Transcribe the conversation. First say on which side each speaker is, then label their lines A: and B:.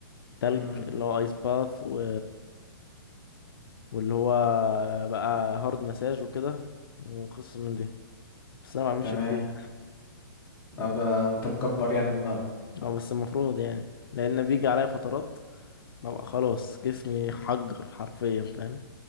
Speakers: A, on the left (about 90°); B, on the left (about 20°).
A: تلج
B: امم
A: اللي هو ايس باث و... واللي هو بقى هارد مساج وكده وقصص من دي بس انا ما بعملش
B: تمام
A: كتير
B: ابقى انت مكبر يعني دماغك
A: اه بس المفروض يعني لان بيجي عليا فترات ببقى خلاص جسمي حجر حرفيا فاهم